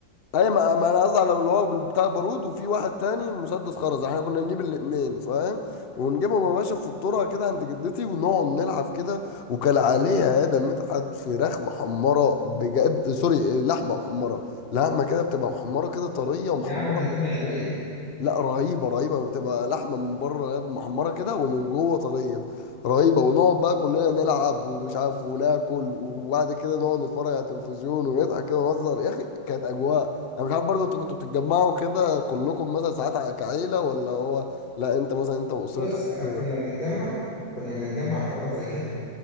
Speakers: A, on the left; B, on the left.
A: اي ما, ما انا قصدي على اللي هو بتاع البارود وفي واحد تاني مسدس خرز احنا كنا نجيب الاتنين فاهم ونجيبهم يا باشا في الطرقه كده عند جدتي ونقعد نلعب كده وكان عليها يا ده مدحت فراخ محمره بجد سوري لحمه محمره لحمه كده بتبقى محمره كده طريه ومحمره
B: يا عم الاتنين حلوين
A: لا رهيبه رهيبه بتبقى لحمه من بره يا ابني محمره كده ومن جوه طريه رهيبه ونقعد بقى كلنا نلعب ومش عارف وناكل وبعد كده نقعد نتفرج على التلفزيون ونضحك كده ونهزر يا اخي كانت اجواء انا مش عارف برضه انتوا كنتوا بتتجمعوا كده كلكم مثلا ساعات ع- كعيله ولا هو لا انت مثلا انت واسرتك
B: بص انا
A: كده
B: كنا بنتجمع كنا بنتجمع في اوقات زي كده